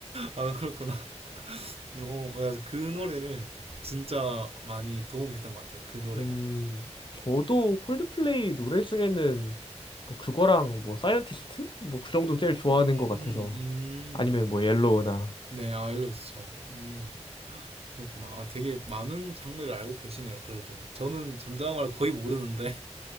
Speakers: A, on the right; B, on the left.
A: 아, 그렇구나. 어, 맞아. 그 노래를 진짜 많이 도움이 됐던 것 같아요. 그 노래가.
B: 음, 저도 콜드플레이 노래 중에는 뭐 그거랑 뭐 사이언티스트? 뭐 그 정도 제일 좋아하는
A: 음,
B: 것 같아서
A: 음.
B: 아니면 뭐 옐로우나
A: 네, 아, 일러스트. 음, <gasps> 그렇구나. 아, 되게 많은 장르를 알고 계시네요. 그래도 저는 전자영화를 거의 모르는데.